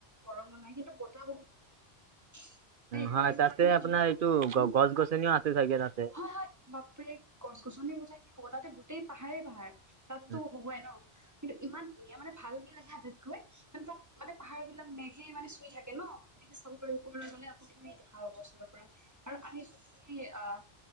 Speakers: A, on the right; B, on the right.
A: গৰমো নাই কিন্তু বতাহ বহুত দিয়ে। এনেকুৱা
B: উ হয়
A: লাগিব
B: তাতে
A: আপুনি
B: আপোনাৰ
A: উৰি যাব
B: এইটো গ
A: হম
B: গছ গছনিও আছে চাগে তাত-
A: হয় হয় বাপৰে গছ গছনিৰ কথা কি কব তাতে গোটেই পাহাৰে পাহাৰ- তাত
B: উম,
A: টো হবই ন- কিন্তু ইমান ধুনীয়া মানে ভাল কি লাগে আটাইতকৈ তাত মানে পাহাৰ বিলাক মেঘে মানে চুই থাকে। ন এনেকে চাব পাৰী ও গলে আপুনিও সেই দেখা পাব ওচৰ পৰা আৰু আমি যোনখিনি আহ-